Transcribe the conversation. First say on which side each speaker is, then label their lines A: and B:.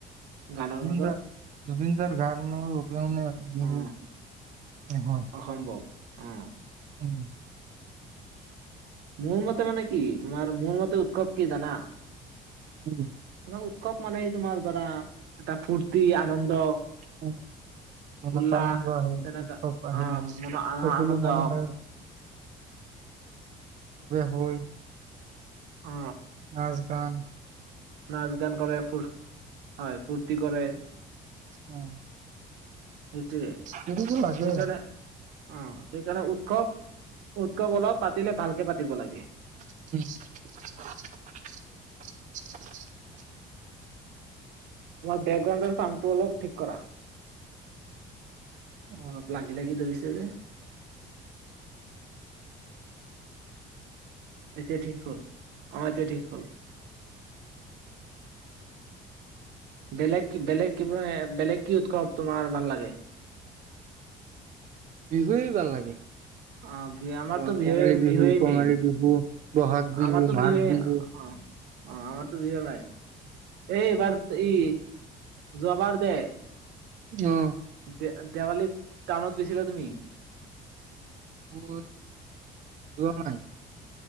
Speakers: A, on the right; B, on the right.
A: গানৰ
B: জুবিন
A: মাজত
B: দা জুবিনদাৰ গানৰ অবিহনে বিহু
A: অ
B: নহয়
A: অসম্ভৱ অ
B: উম
A: মোৰ মতে মানে কি তোমাৰ মোৰ মতে উৎসৱ কি জানা
B: উম
A: মানে উৎসৱ মানেই তোমাৰ কৰা এটা ফূৰ্তি আনন্দ
B: উম, মনত
A: উল্লাস
B: আনন্দ আহে
A: তেনেকা
B: উৎসৱ
A: আহ
B: আহিলে
A: মন আনন্দ
B: সকলো মানুহে হয়
A: অ
B: নাচগান
A: নাচ গান কৰে ফূৰ হয় ফূ ফূৰ্তি কৰে
B: অ
A: সেইটোৱে
B: কৰিব লাগে
A: সেইকাৰণে অ সেইকাৰণে উৎসৱ উৎসৱ অলপ পাতিলে ভালকে পাতিব লাগে
B: উ
A: তোমাৰ বেকগ্ৰাউণ্ডৰ চাউণ্ডটো অলপ ঠিক কৰা
B: অ
A: অলপ লাগি লাগি ধৰিছে জতে এতিয়া ঠিক হ'ল অ এতিয়া ঠিক হ হয় বেলেগ বেলেগ কি বেলেগ কি উৎসৱ তোমাৰ ভাল লাগে
B: বিহুৱে ভাল লাগে
A: অ আমাৰতো
B: ৰঙালী
A: বিহুৱে বিহুৱেই
B: বিহু কঙালী
A: মেইন
B: বিহু বহাগ বিহু
A: আমাৰতো
B: মাঘ
A: বিহুৱে
B: বিহু
A: অ অ ত বি নাই এই এইবাৰ ই যোৱাবাৰ দে
B: অহ
A: দে দেৱালীত টাউনত গৈছিলা তুমি
B: মোৰ যোৱা নাই